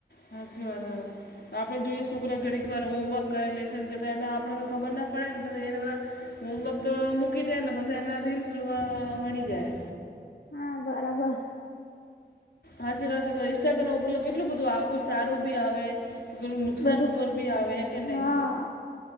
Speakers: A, on the left; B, on the left.
A: સાચી વાત આપણે જોઈએ શુક્ર ઘડીક વાર હોમવર્ક કરે લેશે કેને આપણે તો ખબર ના પડે ને એ બધા તો વક્ત મૂકી દાય ને પછી એના રીલ્સ જોવા મળી જાય
B: હા બરાબર
A: હાજી વાત ઇસ્ટાગ્રામ ઉપર કેટલું બધું આવે કોઈ સારું બી આવે નુકસાન
B: બધું
A: ઉપર બી આવે કે નહીં
B: હા